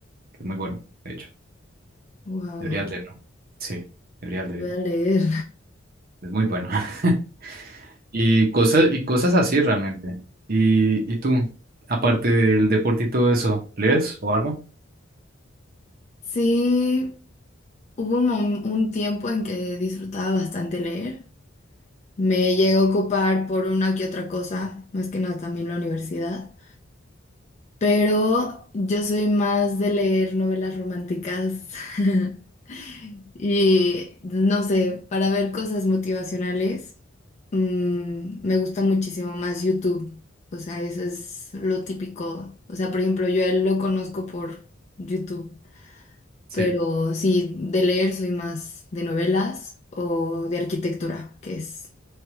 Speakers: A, on the right (about 50°); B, on the left (about 35°).
A: que es muy bueno, de hecho.
B: Wow,
A: Deberías leerlo. Sí, deberías leerlo.
B: voy a leer.
A: Es muy bueno. <laughs> Y cosas, y cosas así realmente. ¿Y, y tú, aparte del deporte y todo eso, lees o algo?
B: Sí, hubo un, mom- un tiempo en que disfrutaba bastante leer. Me llego a ocupar por una que otra cosa, más que nada también la universidad, pero yo soy más de leer novelas románticas <laughs> y no sé, para ver cosas motivacionales, mm, me gusta muchísimo más YouTube, o sea, eso es lo típico, o sea, por ejemplo, yo a él lo conozco por YouTube,
A: Sí.
B: pero sí, de leer soy más de novelas o de arquitectura, que es